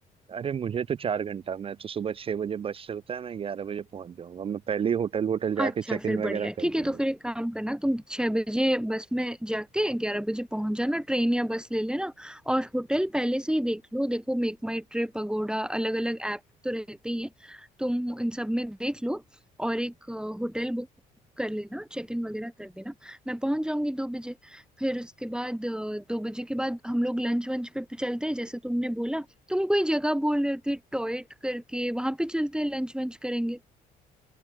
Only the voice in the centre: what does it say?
अच्छा
फिर
बढ़िया
है।
ठीक
है तो फिर एक काम करना तुम छह बजे बस में जाके ग्यारह बजे पहुंच जाना ट्रेन या बस ले लेना और होटल पहले से ही देख लो देखो मेक माई ट्रिप पगोडा अलग अलग ऐप तो रहते ही हैं तुम इन सब में देख लो और एक अ, होटल बुक कर लेना चेक इन वगैरह कर देना मैं पहुंच जाऊंगी दो बजे फिर उसके बाद अ, दो बजे के बाद हम लोग लंच वंच पे पे चलते हैं जैसे तुमने बोला तुम कोई जगह बोल रहे थे टॉयट करके वहां पे चलते हैं लंच वंच करेंगे